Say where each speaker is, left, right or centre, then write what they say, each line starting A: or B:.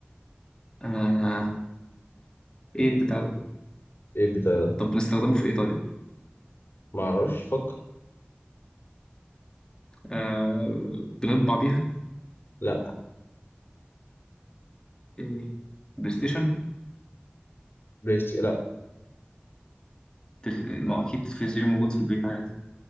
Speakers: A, on the left (about 20°); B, on the left (about 65°).
A: آه ايه البتاع ده؟
B: ايه بتاع
A: طب بنستخدمه في ايه طيب؟
B: ما اعرفش فكر
A: آه بنطبع بيها
B: لا
A: ايه؟ بلاي ستيشن؟
B: بلاي ستيشن لا
A: تلف... ما هو اكيد تلفزيون موجود في البيت عادي